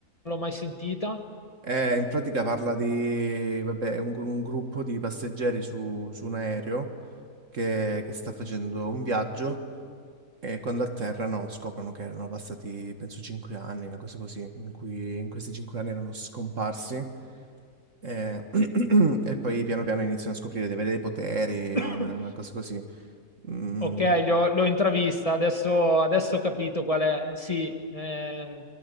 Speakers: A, on the left; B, on the right.
A: l'ho mai sentita.
B: Eh, in pratica parla di, vabbè, un, un gruppo di passeggeri su, su un aereo che, che sta facendo un viaggio e quando atterrano scoprono che erano passati, penso, cinque anni, una cosa così, in cui in questi cinque anni erano scomparsi Eh, <clears throat> e poi piano piano iniziano a scoprire di avere dei poteri,
A: <coughs>
B: una, una cosa così. Mm,
A: Ok, l'ho l'ho intravista, adesso, adesso ho capito qual è. Sì, eh,